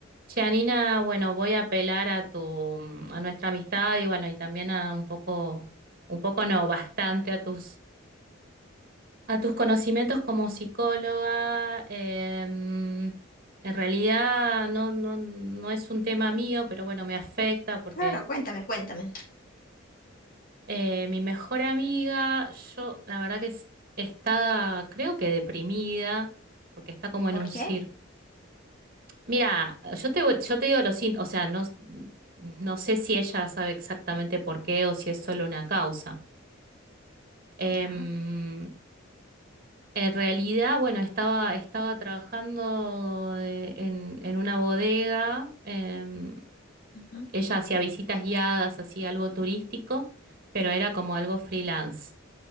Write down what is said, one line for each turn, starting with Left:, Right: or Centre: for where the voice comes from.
Right: Che, Anina, bueno, voy a apelar a tu, a nuestra amistad y bueno, y también a un poco, un poco no, bastante a tus, a tus conocimientos como psicóloga. Em, en realidad no, no, no es un tema mío, pero bueno, me afecta porque
Left: Claro, cuéntame, cuéntame.
Right: eh, mi mejor amiga, yo la verdad que es- está, creo que deprimida, porque está como
Left: ¿Por
Right: en un
Left: qué?
Right: círculo Mira, yo te, voy- yo te digo lo siguiente, o sea, no, no sé si ella sabe exactamente por qué o si es solo una causa. Em,
Left: Ya,
Right: en realidad, bueno, estaba, estaba trabajando eh, en, en una bodega, em,
Left: ujú,
Right: ella hacía visitas guiadas, hacía algo turístico, pero era como algo freelance.